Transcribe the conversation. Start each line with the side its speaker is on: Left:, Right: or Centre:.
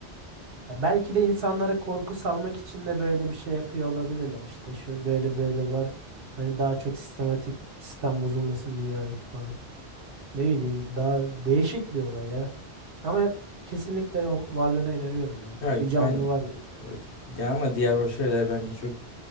Right: Ya belki de insanlara korku salmak için de böyle bir şey yapıyor olabilirler. işte şu böyle böyle var. Hani daha çok sistematik sistem bozulmasın dünyadaki falan. Ne bileyim daha değişik bir olay ya. Ama kesinlikle o varlığına inanıyorum ya.
Left: ya
Right: Bir canlı
Left: ben
Right: var ya.
Left: evet, ya ama diğer o şeyler bence çok